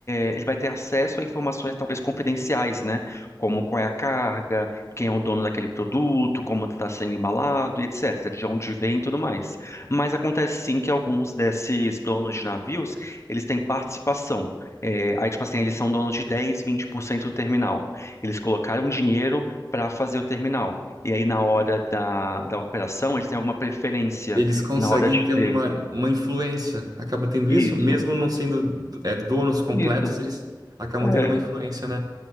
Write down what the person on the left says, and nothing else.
é, ele vai ter acesso a informações talvez confidenciais, né? Como qual é a carga, quem é o dono daquele produto, como está sendo embalado, e etc., de onde vem e tudo mais. Mas acontece sim que alguns desses donos de navios, eles têm participação. É, aí, tipo assim, eles são donos de dez, vinte por cento do terminal. Eles colocaram dinheiro para fazer o terminal. E aí, na hora da, da operação, eles têm alguma preferência
na hora de
ter.
Isso,
isso.
É,